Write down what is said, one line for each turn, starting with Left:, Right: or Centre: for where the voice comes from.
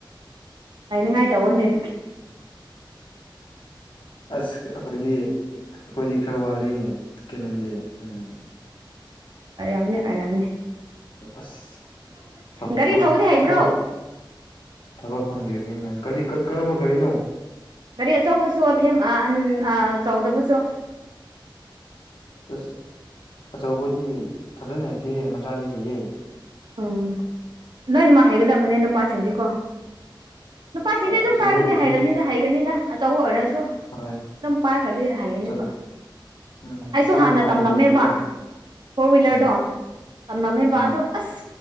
Right: ꯂꯩꯅꯤꯡꯉꯥꯏ ꯇꯧꯑꯣꯅꯦ
Left: ꯑꯁ ꯑꯩꯈꯣꯏꯗꯤ ꯑꯩꯈꯣꯏꯗꯤ ꯈꯔ ꯋꯥꯠꯂꯤꯅꯦ ꯀꯩꯅꯣꯗꯤ ꯎꯝ
Right: ꯑꯣꯔꯝꯅꯤ ꯑꯣꯔꯝꯅꯤ
Left: ꯑꯁ ꯊ
Right: ꯒꯥꯔꯤ
Left: ꯊ
Right: ꯊꯧꯕꯗꯤ ꯍꯩꯕ꯭ꯔꯣ
Left: ꯊꯕꯛ ꯊꯕꯛ ꯐꯪꯗ꯭ꯔꯤꯕꯅꯤꯅ ꯀꯔꯤ ꯀꯔꯝꯕ ꯀꯒꯥꯔꯤꯅꯣ
Right: ꯒꯥꯔꯤ ꯑꯆꯧꯕꯁꯨ ꯑꯊꯦꯝ ꯑ ꯑꯟ ꯑ ꯆꯧꯗ ꯐꯁꯨ
Left: ꯑꯁ ꯑꯆꯧꯕꯗꯤ ꯐꯖꯅ ꯍꯩꯇꯦꯍꯦ ꯃꯆꯥꯗꯤ ꯍꯩꯑ
Right: ꯎꯝ ꯂꯣꯏꯅ ꯃꯥꯍꯩꯒꯗꯕꯅꯦ ꯅꯨꯄꯥꯁꯤꯡꯗꯤꯀꯣ ꯅꯨꯄꯥꯁꯤꯡꯗꯤ ꯑꯗꯨꯝ
Left: ꯑꯆꯧꯕꯕꯨꯗꯤ
Right: ꯄꯥꯏꯔꯗꯤ ꯍꯥꯏꯔꯅꯤꯅ ꯍꯥꯏꯒꯅꯤꯗ ꯑꯆꯧꯕ ꯑꯣꯏꯔꯁꯨ
Left: ꯍꯣꯏ
Right: ꯑꯗꯨꯝ ꯄꯥꯏꯈ꯭ꯔꯗꯤ ꯍꯥꯏꯒꯅꯤꯕ
Left: ꯑꯆꯧ ꯎꯝ
Right: ꯑꯩꯁꯨ
Left: ꯇꯣꯏꯅ
Right: ꯍꯥꯟꯅ
Left: ꯄꯥꯏꯗꯕꯒꯤꯀꯣ
Right: ꯇꯝꯂꯝꯃꯦꯕ ꯐꯣꯔ ꯍ꯭ꯋꯤꯂꯔꯗꯣ
Left: ꯎꯝ
Right: ꯇꯝꯂꯝꯃꯦꯕ
Left: ꯎꯝ
Right: ꯑꯗꯣ ꯑꯁ